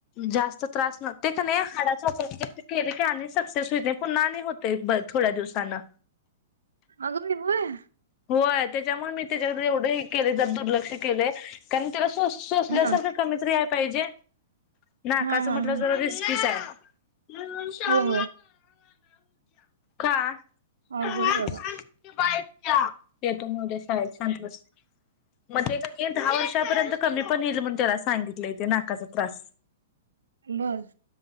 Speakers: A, on the left; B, on the right.
A: जास्त त्रास न ते कनी हाडाचा <unintelligible> केले की आणि सक्सेस हो पुन्हा आणि होतय ब थोड्या दिवसानं
B: अगवी हुय.
A: हो त्याच्यामुळे मी त्याच्याक एवढं केले जर दुर्लक्ष केले कारण त्याला सोसल्यासारखं
B: हा
A: कमीतरी आहे. पाहिजे नाकाचं
B: हा हा
A: म्हटलं
B: हा
A: जरा रिस्कीच आहे. म सग
B: होय होय
A: का
B: अवघड
A: बा
B: आहे बाबा
A: <inaudible> ह येतो मो शाळ शांत बस. म ते कणी दहा वर्षपर्यंत. कमी पण येईल म्हणून त्याला सांगितलं ते नाकाचा त्रास
B: बस